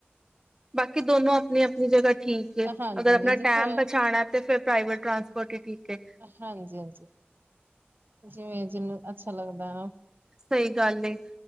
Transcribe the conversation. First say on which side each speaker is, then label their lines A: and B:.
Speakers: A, on the right (about 15°); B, on the right (about 60°).
A: ਬਾਕੀ ਦੋਨੋਂ ਆਪਣੀ ਆਪਣੀ ਜਗ੍ਹਾ ਠੀਕ ਏ,
B: ਹਾਂਜੀ
A: ਅਗਰ
B: ਹਾਂਜੀ
A: ਆਪਣਾ
B: ਜਿੱਥੋਂ
A: ਟਾਈਮ ਬਚਾਉਣਾ। ਪ੍ਰਾਈਵੇਟ ਟਰਾਂਸਪੋਰਟ ਹੀ ਠੀਕ ਹੈ।
B: ਹਾਂਜੀ-ਹਾਂਜੀ, ਜਿਵੇਂ ਜਿਹਨੂੰ ਚੰਗਾ ਲੱਗਦਾ ਆ ਨਾ।
A: ਸਹੀ ਗੱਲ ਏ।